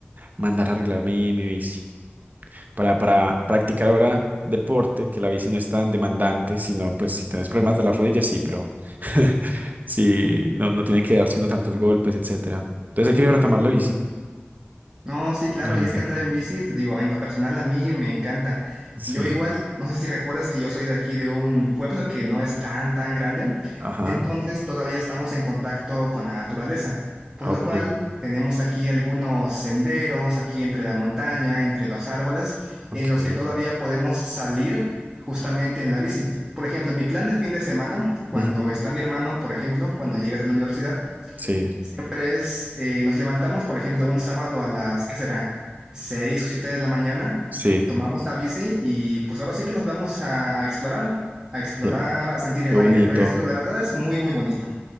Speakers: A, on the right; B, on the right.
A: mandar a arreglar mi, mi bici para, para practicar ahora deporte, que la bici no es tan demandante, sino pues si tienes problemas de las rodillas, sí, pero <laughs> sí, no, no tiene que darse uno tantos golpes, etcétera. Entonces he querido retomar la bici.
B: No, sí, claro,
A: Imagínate.
B: y es que andar en bici, te digo, en lo personal a mí me encanta.
A: Sí,
B: Yo igual, no sé si recuerdas que yo soy de aquí, de un pueblo que no es tan, tan grande,
A: ajá,
B: entonces todavía estamos en contacto con la naturaleza, por
A: ok,
B: lo cual tenemos aquí algunos senderos, aquí entre la montaña, entre los árboles,
A: ok.
B: en los que todavía podemos salir justamente en la bici. Por ejemplo, mi plan de fin de semana, cuando
A: Ujú.
B: está mi hermano, por ejemplo, cuando llega de la universidad,
A: Sí,
B: Siempre es, eh, nos levantamos, por ejemplo, un sábado a las, ¿qué será? 6 o 7 de la mañana,
A: sí,
B: tomamos la bici y pues ahora sí que nos vamos a, a explorar, a explorar,
A: qué,
B: a sentir
A: qué
B: el
A: bonito.
B: aire fresco y la verdad es muy, muy bonito.